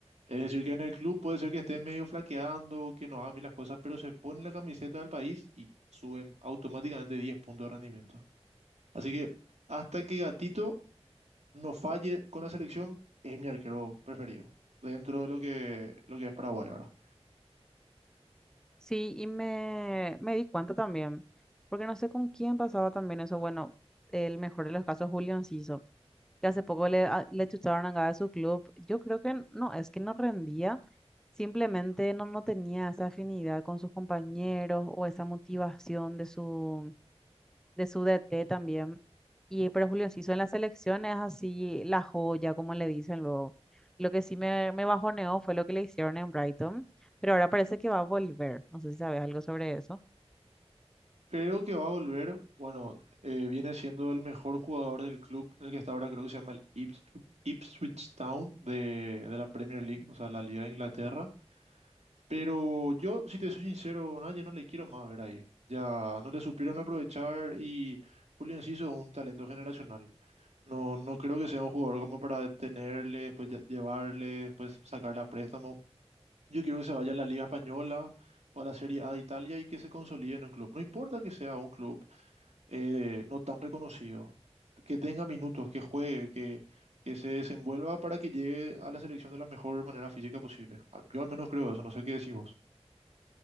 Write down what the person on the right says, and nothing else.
Es decir, que en el club puede ser que esté medio flaqueando, que no hagan bien las cosas, pero se ponen la camiseta del país y suben automáticamente 10 puntos de rendimiento. Así que hasta que Gatito no falle con la selección, es mi arquero preferido, dentro de lo que, lo que es Paraguay ahora.
Creo que va a volver, bueno, eh, viene siendo el mejor jugador del club en el que está ahora, creo que se llama el Ips- Ipswich Town de, de la Premier League, o sea, la Liga de Inglaterra. Pero yo, si te soy sincero, no, ya no le quiero más ver ahí. Ya no le supieron aprovechar y Julio Enciso es un talento generacional. No, no creo que sea un jugador como para detenerle, después lle- llevarle, después sacarle a préstamo. Yo quiero que se vaya a la Liga Española o a la Serie A de Italia y que se consolide en un club. No importa que sea un club eh, no tan reconocido, que tenga minutos, que juegue, que, que se desenvuelva para que llegue a la selección de la mejor manera física posible. Al- Yo al menos creo eso, no sé qué decís vos.